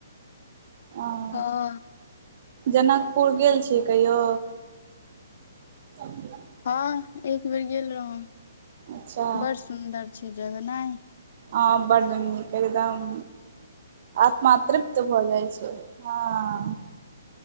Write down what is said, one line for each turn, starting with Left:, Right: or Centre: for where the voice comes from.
Right: आं।
Left: हां।
Right: जनकपुर गेल छी कहियौ? <unintelligible>
Left: हां एक बेर गेल रहौ,
Right: अच्छा
Left: बड़ सुन्दर छै जगह नै?
Right: हां बड नीक एकदम आत्मा तृप्त भऽ जाय छै हां।